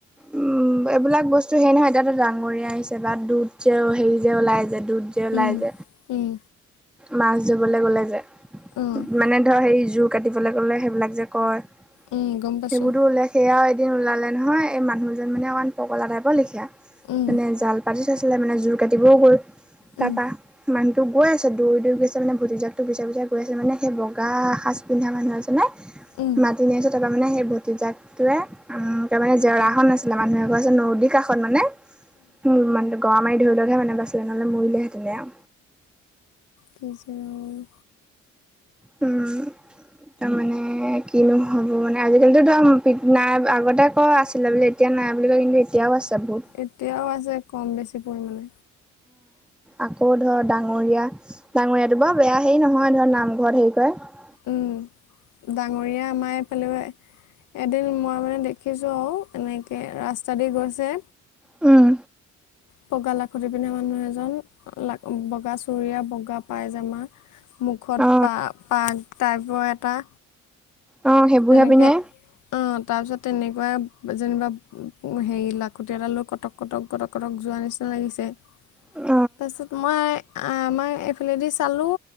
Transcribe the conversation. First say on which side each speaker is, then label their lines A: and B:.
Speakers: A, in the centre; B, on the left (about 80°).
A: উম এইবিলাক বস্তু হেই নহয় এতিয়াতো ডাঙৰীয়া আহিছে বা দুধ যে হেৰি যে ওলাই যে দুধ যে ওলাই
B: উম,
A: য
B: উম,
A: মাছ ধবলৈ গ'লে যে
B: অ',
A: মানে ধৰ সেই জোৰ কাটিবলৈ গ'লে সেইবিলাক যে কয়
B: উম, গম পাইছোঁ।
A: সেইবোৰতো ওলাই সেয়াও এদিন ওলালে নহয় এই মানুহজন মানে অকণ পগলা টাইপৰ লেখীয়া
B: উম,
A: মানে জাল পাতি পাতি থৈছিলে মানে জোৰ কাটিবও গ'ল তাৰাপা
B: উম,
A: ইমান তো গৈ আছে দৌৰি দৌৰি গৈ আছে মানে ভতিজাকটো পিচে পিচে গৈ আছে মানে সেই বগা সাজ পিন্ধা মানুহ এজনে
B: উম,
A: মাতি নি আছে তাপা মানে সেই ভতিজাক টোয়ে উ তা মানে জেওৰা এখন আছিলে মানুহ এঘৰ আছে নদীৰ কাষত মানে উম মানুহটো গৰা মাৰি ধৰিলতহে মানে বাছিলে নহলে মৰিলে হেতেনে আউ
B: কে যে আৰু
A: উম তামানে কি নো হ'ব মানে আজিকালিতো ধৰ পিত নাই আগতে কয় আছিলে বোলি এতিয়া নাই বুলি কয় কিন্তু এত এতিয়াও আছে ভুত
B: এতিয়াও আছে কম বেছি পৰিমাণে
A: আকৌ ধৰ ডাঙৰীয়া ডাঙৰীয়াটো বাউ বেয়া হেৰি নহয় ধৰ নামঘৰত হেৰি কয়ে
B: উম ডাঙৰীয়া আমাৰ সেনকাই এদিন মই মানে দেখিছোঁ আৰু এনেকে ৰাস্তা দি গৈছে
A: উম
B: বগা লাখুটি পিন্ধা মানুহ এজন লা বগা চুুৰিয়া বগা পাইজামা মুখত
A: অ
B: পা পাক টাইপৰ এটা
A: অ সেইবোৰহে
B: তেনেকে
A: পিন্ধে
B: অ তাৰ পিছত তেনেকুৱাই যেনিবা হেৰি লাখুটি এটা লৈ কটক কটক কটক কটক যোৱা নিচিনা লাগিছে
A: উ
B: তাৰপাছত মই আমাক এইফালেদি চালোঁ